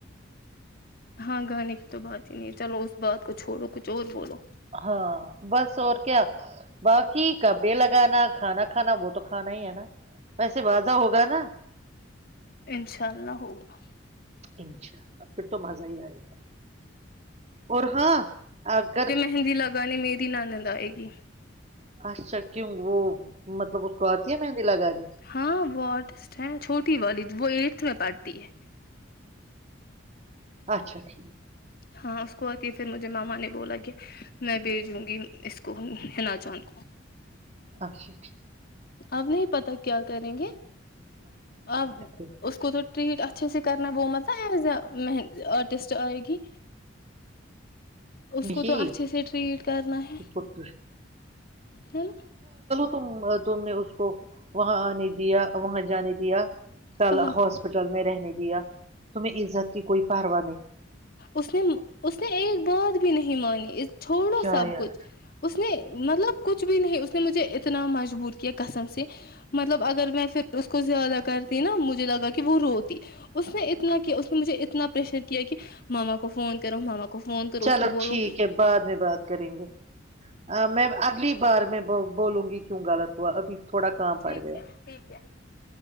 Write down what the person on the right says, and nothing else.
ہاں بس اور کیا باقی کپڑے لگانا کھانا کھانا وہ تو کھانا ہی ہے نا ویسے بازہ ہوگا نا
انشاء اللہ پھر تو مزہ ہی آئے گا اور ہاں اگر
اچھا کیوں وہ مطلب اس کو آتی ہے مہندی لگانی
اچھا ٹھیک
اچھا
<unintelligible>
نہیں
اس کو
تو <unintelligible> تم نے اس کو وہاں آنے دیا وہاں جانے دیا
ہاسپٹل میں رہ نہیں دیا تمہیں عزت کی کوئی پرارو
کیا
یار
چلو
ٹھیک ہے بعد میں بات کریں گے میں اگلی بار میں بولوں گی کیوں غلط ہوا ابھی تھوڑا کام
پڑ گیا